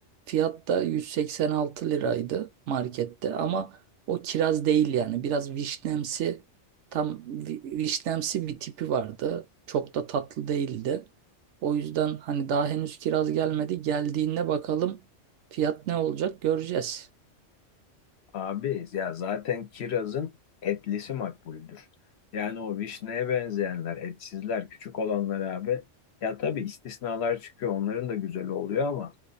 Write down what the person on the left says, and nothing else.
Abi ya zaten kirazın etlisi makbuldür. Yani o vişneye benzeyenler, etsizler, küçük olanlar abi. Ya tabii istisnalar çıkıyor. Onların da güzeli oluyor ama